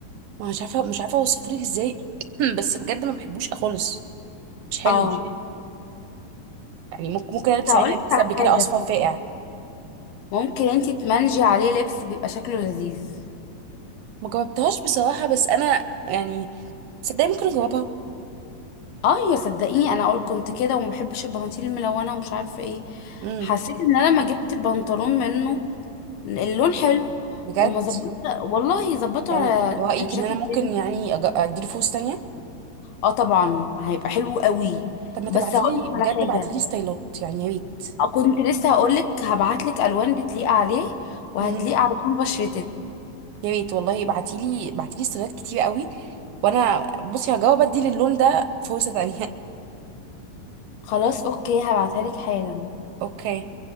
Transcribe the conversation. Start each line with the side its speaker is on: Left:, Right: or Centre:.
Right: ما مش عارفه مش عارفه اوصفه لك ازاي <clears throat> بس بجد ما بحبوش خالص مش حلو
Left: اه
Right: مش حلو. يعني ممكن ممكن البس
Left: هقول
Right: عادي
Left: لك
Right: انا لسه
Left: على
Right: قبل
Left: حاجه
Right: كده اصفر فاقع
Left: ممكن انتي تمنجي عليه لبس بيبقى شكله لذيذ
Right: ما جربتهاش بصراحه بس انا يعني صدقني ممكن اجربها
Left: اه يا صدقيني انا اقول كنت كده وما بحبش البناطيل الملونه ومش عارفه ايه
Right: امم
Left: حسيت ان انا لما جبت بنطلون منه اللون حلو
Right: بجد
Left: وما ظبط والله ظبطه
Right: يعني
Left: على
Right: رايك
Left: على الجاكيت
Right: ان انا ممكن
Left: بينك.
Right: يعني أج- اديله فرصه تانية
Left: اه طبعا هيبقى حلو قوي
Right: طب ما
Left: بس
Right: تبعتيلي
Left: هقول لك
Right: بجد
Left: على حاجه
Right: ابعتيلي ستايلات يعني يا ريت
Left: كنت لسه هقولك هبعتلك الوان بتليق عليه وهتليق
Right: مهم.
Left: على لون بشرتك
Right: يا ريت والله ابعتيلي ابعتيلي ستايلات كتير قوي وانا بصي هجاوب ادي للون ده فرصه تانية
Left: خلاص اوكي هبعتها لك حالا
Right: <laughs> اوكي